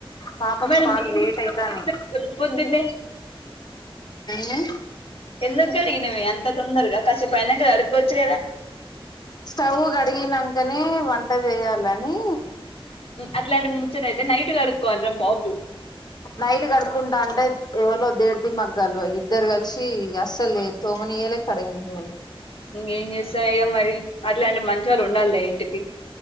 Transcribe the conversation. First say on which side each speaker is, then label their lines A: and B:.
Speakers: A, on the left; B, on the left.
A: పాపకు
B: మరి
A: పాల్
B: నీళ్ళు
A: లేటైతన్నై
B: ఎందుకు పోసినవ్ పొద్దు పొద్దున్నే
A: హూ
B: ఎందుకడిగినవే అంత తొందరగా కాసే పైనాకడుక్కోవచ్చు కదా
A: స్టవ్ గడిగినాకనే వంట చేయాలని
B: అట్లాంటి ముచ్చటయితే నైట్ కడుక్కోవాల్ రా బాబు
A: నైట్ కడుక్కుంటా అంటే ఎవలో దేడిది మగ్గాలు ఇద్దరు కలిసి అస్సలే తోమనీయలే కడగనియ్యనీ
B: ఇంగేం చేస్తమిగా మరి అట్లాంటి మంచి వాళ్ళు ఉండాల్లే ఇంటికి